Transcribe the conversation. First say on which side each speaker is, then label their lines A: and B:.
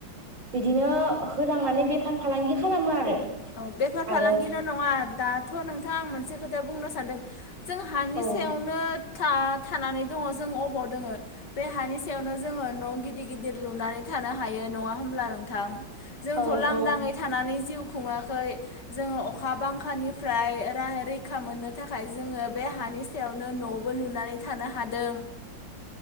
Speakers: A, on the right; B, on the left.
A: बिदिनो होनांनानै बेफार फालांगि खालामो आरो।
B: औ बेफार फालांगिल'
A: आरो
B: नङा दाथ' नोंथां मोनसे खोथा बुंनो सानदों जों हानि
A: औ
B: सायावनो था थानानै दङ जों अबाव दोङो बे हानि सायावनो जोङो न' गिदिर गिदिर लुनानै थानो हायो नङा होमब्ला नोंथां? जोंथ'
A: औ
B: लांदाङै
A: औ
B: थानानै जिउ खुङाखै जोङो अखा बांखानिफ्राय राहायारि रैखा मोननो थाखाय जोङो बे हानि सायावनो न'बो लुनानै थानो हादों।